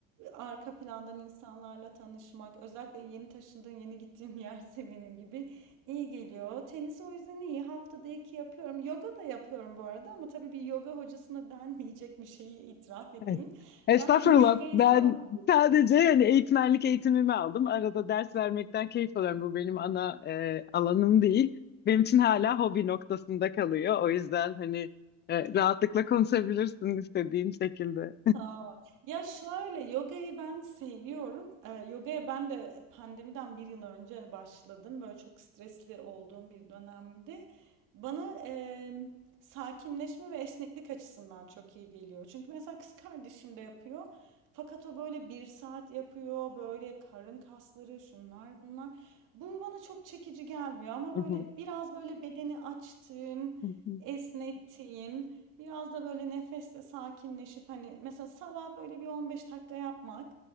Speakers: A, on the right; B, on the left.
A: arka plandan insanlarla tanışmak özellikle yeni taşındığım yeni gittiğim yerse benim gibi iyi geliyor. Tenis o yüzden iyi haftada iki yapıyorum yoga da yapıyorum bu arada ama tabii bir yoga hocasına <laughs> denmeyecek bir şeyi itiraf edeyim.
B: Evet. Estağfurullah.
A: Ben <laughs> yogayı
B: Ben
A: sadece
B: sadece yani eğitmenlik eğitimimi aldım. Arada ders vermekten keyif alıyorum. Bu benim ana e, alanım değil. Benim için hala hobi noktasında kalıyor. O yüzden hani e, rahatlıkla konuşabilirsin istediğin şekilde.
A: Tamam. Ya şöyle yogayı ben seviyorum. Ee, yogaya ben de pandemiden bir yıl önce başladım. Böyle çok stresli olduğum bir dönemdi. Bana em, sakinleşme ve esneklik açısından çok iyi geliyor. Çünkü mesela kız kardeşim de yapıyor. Fakat o böyle bir saat yapıyor. Böyle karın kasları şunlar bunlar. Bu bana çok çekici gelmiyor ama
B: Hı
A: böyle
B: hı,
A: biraz böyle bedeni açtığım,
B: hı hı,
A: esnettiğim. Biraz da böyle nefesle sakinleşip hani mesela sabah böyle bir 15 dakika yapmak